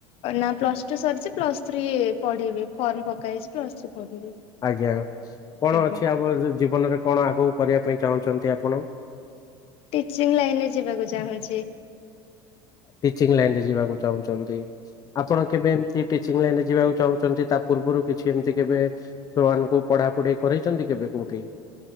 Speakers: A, on the left; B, on the left.
A: ନା ପ୍ଲସ ଟୁ ସରିଚି ପ୍ଲସ ଥ୍ରୀ ପଢିବି ଫର୍ମ ପକା ହେଇଛି ପ୍ଲସ ଥ୍ରୀ ପଢିବି।
B: ଆଜ୍ଞା କଣ
A: ଆଜ୍ଞା।
B: ଅଛି ଆମର ଜୀବନରେ କଣ? ଆଗକୁ କରିବା ପାଇଁ ଚାହୁଁଛନ୍ତି ଆପଣ।
A: ଟିଚିଂ ଲାଇନ ରେ ଯିବାକୁ ଚାହୁଁଚି।
B: ଟିଚିଙ୍ଗ ଲାଇନ ରେ ଯିବାକୁ ଚାହୁଁଚନ୍ତି ଆପଣ କେବେ ଏମ୍ କି ଟିଚିଂ ଲାଇନରେ ଯିବାକୁ ଚାହୁଁଚନ୍ତି ତା ପୂର୍ବରୁ କିଛି ଏମିତି କେବେ ଛୁଆମାନୁଙ୍କୁ ପଢା ପୁଢି କରେଇଚନ୍ତି କେବେ କୋଉଠି?